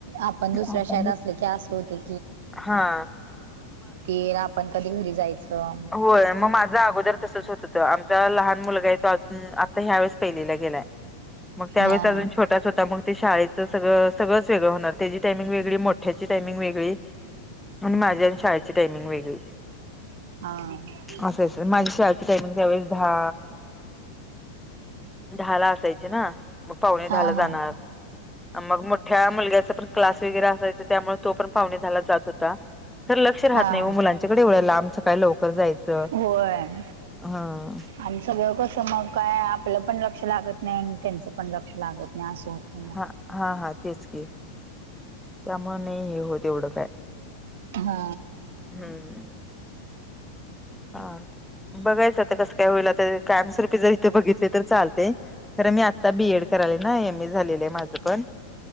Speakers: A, on the right; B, in the centre.
A: आपण दुसऱ्या
B: आप
A: शाळेत असले की असं होते
B: हा
A: ये आपण कधी घरी जायचं!
B: होय मग माझं अगोदर तसंच होत होतं आमचा लहान मुलगा आहे तो अजून आता ह्या वेळेस पहिलेला गेलाय. मग त्यावेळेस
A: हा
B: अजून
A: हा
B: छोटा होता मग ते शाळेत सगळं सगळच वेगळं होणार त्याची टाइमिंग वेगळी मोठ्याची टायमिंग वेगळी.
A: ह
B: आणिण माझ्या आणि शाळेची टाइमिंग वेगळी.
A: हा
B: असंच माझी शाची टाइमिंग त्यावेेळेस दहा. दहा ला असायचे ना मग पावुणे दहा
A: हा
B: ला
A: हा
B: जाणार. मग मोठ्या मुलग्याचा पण क्लास वगैरे असायचा त्यामुळे तो पण पाहुणे झाला जात होता. तर लक्ष राहत
A: हा
B: नाही
A: हा
B: व मुलांच्या कडे एवढ्या लांब काय लवकर जायचं
A: होय
B: ह
A: आणि सगळं कसं मग काय आपलं पण लक्ष लागत नाही आणि त्यांचं पण लक्ष लागत नाही असं होतय मग.
B: हा हा हा तेच की त्यामुळे नाही हे होत एवढं काय.
A: हा
B: हम्म. हा बघायचं ते कसं काय होईल तर कायमस्वरूपी जर इथे बघितले तर चालतेय. खरं मी आत्ता बीएड कराले ना. एम ए झालेलं माझं पण.